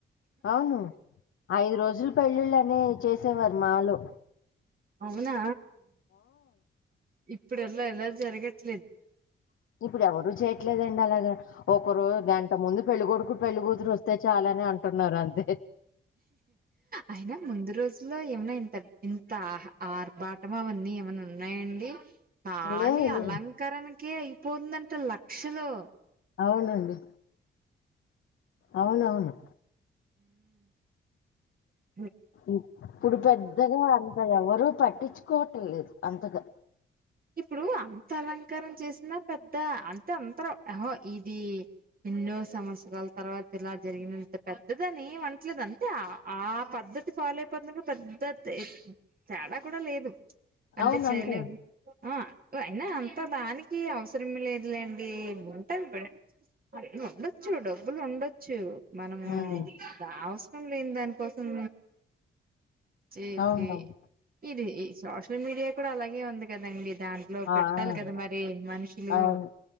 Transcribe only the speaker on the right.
అవునా ఇప్పుడుల్లా అలా జరగట్లేదు
అయినా ముందు రోజుల్లో ఏమన్నా ఇంత అహ ఆర్బాటం అవన్నీ ఏమన్న ఉన్నాయండి తాళీ
అలంకరణ కి కే అయిపోతందంట లక్షలు
మ్
ఇప్పుడూ అంత అలంకారం చేసినా పెద్ద అంత అంతరుఅహొ ఇదీ ఎన్నో సంవత్సరాల తర్వాత ఇలా జరిగిన పెద్దదని ఏవనట్లేదు అంతే ఆ పద్ధతి ఫాలో అయిపోతునరు గ పెద్ద తే తేడా కూడా లేదు అంటే
చేయలే
ఆ అయినా అంత దానికి అవసరం లేదులేండి ఉంటది ఉండొచ్చు డబ్బులు ఉండొచ్చు మనము
అవసరం లేని దానికోసం చేసే
ఇది ఈ సోషల్ మీడియా కూడా అలాగే ఉంది కదండి దాంట్లో పెట్టాలి
కదా
మరి మనుషులు